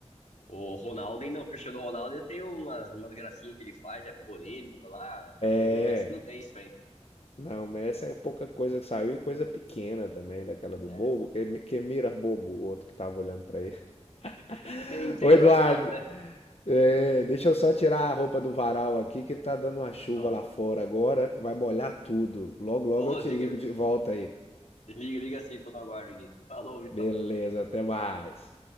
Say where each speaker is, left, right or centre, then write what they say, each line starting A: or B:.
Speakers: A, on the left (about 80°); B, on the left (about 60°).
A: O Ronaldo ainda, o Cristiano Ronaldo tem umas, umas gracinhas que ele faz, é polêmico lá, mas
B: É.
A: o Messi não tem isso aí.
B: Não, Messi é pouca coisa que saiu e coisa pequena também, daquela do
A: É,
B: bobo, que, que mira bobo, o outro que tava olhando pra ele.
A: <laughs> é
B: <laughs>
A: até
B: Ô,
A: engraçado,
B: Eduardo,
A: né?
B: é, deixa eu só tirar a roupa do varal aqui, que tá dando uma chuva
A: Ó,
B: lá fora agora, vai molhar tudo. Logo, logo
A: Ô,
B: eu te
A: liga,
B: ligo de volta aí.
A: liga, liga assim, tô no aguardo aqui. Falou, Vitão.
B: Beleza,
A: Até.
B: até mais.